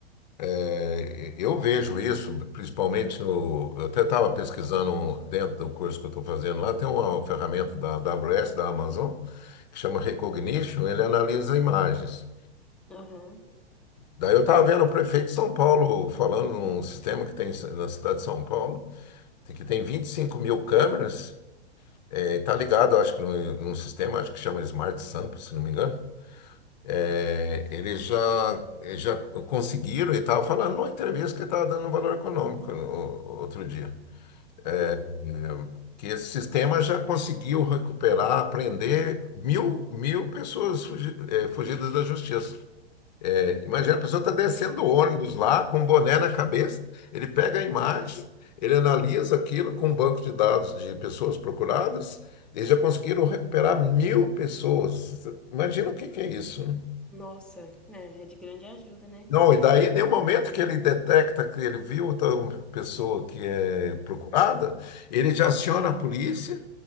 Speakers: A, on the left; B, in the centre.
A: eh, eu vejo isso, principalmente no. Eu até estava pesquisando um- dentro do curso que eu estou fazendo lá, tem uma ferramenta da AWS, da Amazon, que chama Recognition, ele analisa imagens.
B: Aham.
A: Daí eu estava vendo o prefeito de São Paulo falando num sistema que tem na cidade de São Paulo, que tem vinte e cinco mil câmeras. Está ligado, acho que num, num sistema, acho que chama Smart Sample, se não me engano. É, eles já, eles já conseguiram, e estava falando numa entrevista que estava dando um valor econômico no- outro dia.
B: Ah.
A: É, que esse sistema já conseguiu recuperar, prender mil, mil pessoas fugi- é, fugidas da justiça. É, imagina, a pessoa está descendo o ônibus lá, com um boné na cabeça, ele pega a imagem, ele analisa aquilo com um banco de dados de pessoas procuradas, eles já conseguiram recuperar mil pessoas. Imagina o que que é isso,
B: Nossa, é, é de grande ajuda, né?
A: não, e daí, no momento que ele detecta que ele viu outra pessoa que é procurada, ele já aciona a polícia